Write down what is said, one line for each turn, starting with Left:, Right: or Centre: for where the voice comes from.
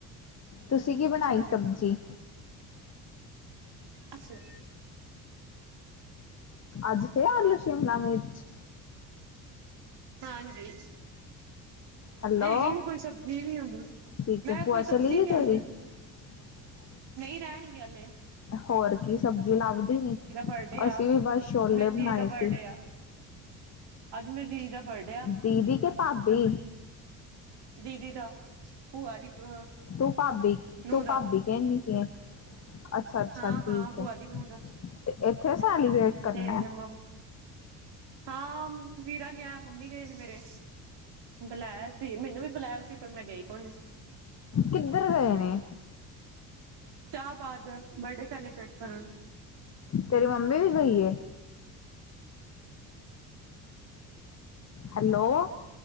Left: ਤੁਸੀਂ ਕੀ ਬਣਾਈ
Right: ਸ਼ਿਮਲਾ
Left: ਸਬਜੀ?
Right: ਅੱਛਾ।
Left: ਅੱਜ ਫਿਰ ਆਲੂ ਸ਼ਿਮਲਾ ਮਿਰਚ।
Right: ਹਾਂਜੀ।
Left: ਹੈਲੋ
Right: ਹੈਗੀ ਨਹੀਂ ਕੋਈ ਸਬਜ਼ੀ ਨਹੀਂ ਹੁੰਦੀ।
Left: ਠੀਕ
Right: ਮੈਂ
Left: ਹੈ ਭੂਆ
Right: ਕੋਈ
Left: ਚਲੀ
Right: ਸਬਜ਼ੀ
Left: ਗਈ
Right: ਨਹੀਂ ਆਉਂਦੀ।
Left: ਤੇਰੀ <inaudible>
Right: ਨਹੀਂ ਰਹਿਣਗੇ ਹੱਲੇ।
Left: ਹੋਰ ਕੀ ਸਬਜੀ ਲੱਭਦੀ ਨਹੀਂ।
Right: ਬਰਡੇ ਆ।
Left: ਅਸੀਂ ਵੀ ਬੱਸ ਛੋਲੇ
Right: ਮੇਰੀ
Left: ਬਣਾਏ
Right: ਦੀਦੀ ਦਾ
Left: ਸੀ।
Right: ਬਰਡੇ
Left: <inaudible>
Right: ਆ ਅੱਜ ਮੇਰੀ ਦੀਦੀ ਦਾ ਬਰਡ
Left: ਦੀਦੀ ਕਿ ਭਾਬੀ।
Right: ਦੀਦੀ ਦਾ, ਭੂਆ ਦੀ ਕੁੜ ਅ
Left: ਤੂੰ ਭਾਬੀ,
Right: ਨੂੰਹ
Left: ਤੂੰ
Right: ਦਾ
Left: ਭਾਬੀ ਕਹਿਣੀ ਪਈ ਹੈ। ਅੱਛਾ-ਅੱਛਾ
Right: ਹਾਂ-ਹਾਂ
Left: ਠੀਕ
Right: ਭੂਆ
Left: ਹੈ
Right: ਦੀ ਨੂੰਹ ਦਾ
Left: ਤੇ ਇੱਥੇ ਸੈਲੀਬ੍ਰੇਟ ਕਰਨਾ
Right: ਫੇਰ
Left: <inaudible>
Right: ਮੰਮ ਹਾਂ, ਮੰਮ ਵੀਰਾ ਗਿਆ ਮੰਮੀ ਗਏ ਨੇ ਮੇਰੇ। ਬੁਲਾਇਆ ਸੀ, ਮੈਂਨੂੰ ਵੀ ਬੁਲਾਇਆ ਸੀ ਪਰ ਮੈਂ ਗਈ ਕੋਣੀ।
Left: ਕਿੱਧਰ ਗਏ ਨੇ?
Right: ਸ਼ਾਹਬਾਦ ਬਰਡੇ ਸੈਲੀਬ੍ਰੇਟ ਕਰਨ।
Left: ਤੇਰੀ ਮੰਮਮੀ ਵੀ ਗਈਏ ਹੈਲੋ